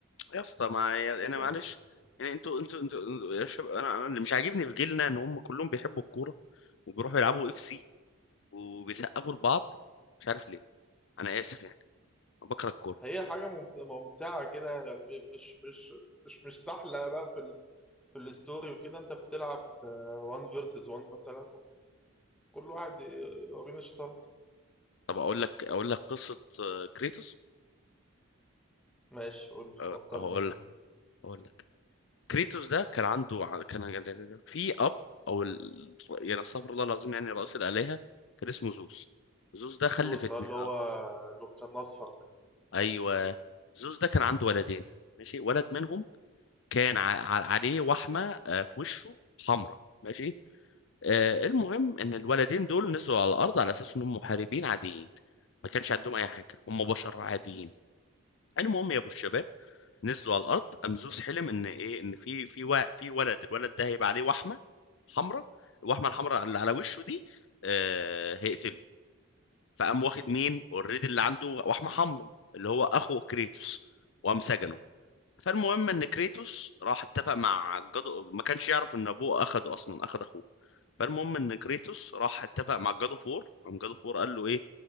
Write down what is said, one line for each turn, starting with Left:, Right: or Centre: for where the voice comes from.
Left: يا اسطى ما يعني
Centre: كده
Left: انا معلش يعني انتوا انتوا انتوا يا شباب انا انا اللي مش عاجبني في جيلنا ان هم كلهم بيحبوا الكوره وبيروحوا يلعبوا اف سي وبيسقفوا لبعض مش عارف ليه انا اسف يعني أنا بكره الكوره
Centre: هي حاجة ممت- ممتعة كده يعني مش مش مش مش سهلة بقى في ال... في الستوري وكده انت بتلعب 1 فيرسز 1 مثلا كل واحد يورينا شطارته
Left: طب اقول لك اقول لك قصه آه، كريتوس
Centre: ماشي قول
Left: آه،
Centre: فكرني
Left: هقول
Centre: بيه
Left: لك هقول لك كريتوس ده كان عنده ع- كان في اب او ال... يعني استغفر الله العظيم يعني رئيس الالهه كان اسمه زوس زوس ده خلف
Centre: زوس
Left: اتنين
Centre: آه، اللي
Left: اه
Centre: هو اللي كان اصفر ده
Left: ايوه زوس ده كان عنده
Centre: آه.
Left: ولدين ماشي ولد منهم كان ع- ع- عليه وحمه آه، في وشه حمراء ماشي آه، المهم ان الولدين دول نزلوا على الارض على اساس انهم محاربين عاديين ما كانش عندهم اي حاجه هم بشر عاديين المهم يا ابو الشباب نزلوا على الارض قام زوس حلم ان ايه ان في في و- في ولد الولد ده هيبقى عليه وحمه حمراء الوحمه الحمراء اللي على وشه دي آه، هيقتله فقام واخد مين اوريدي اللي عنده وحمه حمراء اللي هو اخو كريتوس وقام سجنه فالمهم ان كريتوس راح اتفق مع جادو ما كانش يعرف ان ابوه اخده اصلا اخد اخوه فالمهم ان كريتوس راح اتفق مع جادو فور قام جادو فور قال له ايه